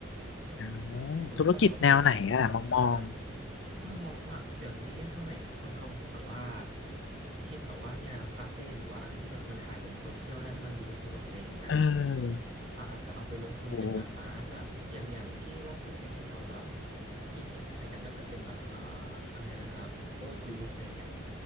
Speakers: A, on the left; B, on the right.
A: อ๋อธุรกิจแนวไหนอ่ะมองมอง
B: สมมุติถ้าแบบว่ามีแบบอ่าแบบก็มองว่าเดี๋ยวนี้สมัยเนี่ยคนเขาฮิตแบบว่าฮิตแบบว่าเนี่ยนะครับคาเฟ่หรือว่าอะไรที่แบบมันถ่ายลงโซเชียลได้แล้วมันดูสวยอะไรอย่างเงี้ย
A: เออ
B: เราอาจจะเอาไปลงทุนเป็นแบบร้านแบบอย่างอย่างที่ล่าสุดเนี่ยที่เขาแบบ
A: โอ้
B: ฮิตฮิตถ่ายกันก็จะเป็นแบบอ่าอะไรนะครับโอจูสอะไรอย่างเงี้ย